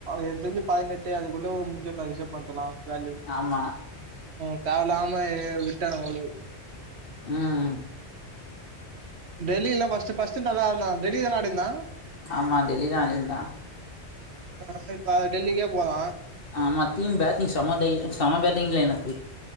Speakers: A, on the right (about 70°); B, on the left (about 55°).
A: என்க் தெஞ்சு பதினெட்டு அதுக்குள்ள முஞ்உட்டாது ரிஷப்பந்துல வேல்யூ
B: ஆமா
A: உங்களுக்கு தேவல்லாம விட்டாங்க <unintelligible>
B: ம்
A: டெல்லி இல்ல ஃபஸ்ட் ஃபஸ்ட் நல்லா ஆடுனா டெல்லில்ல ஆடிந்தா
B: ஆமா டெல்லிதா அடி இருந்தா
A: அ இப்ப அத டெல்லிக்கே போலா
B: ஆமா தீம் பேட்டிங் செமத செம பேட்டிங்ல எனக்கு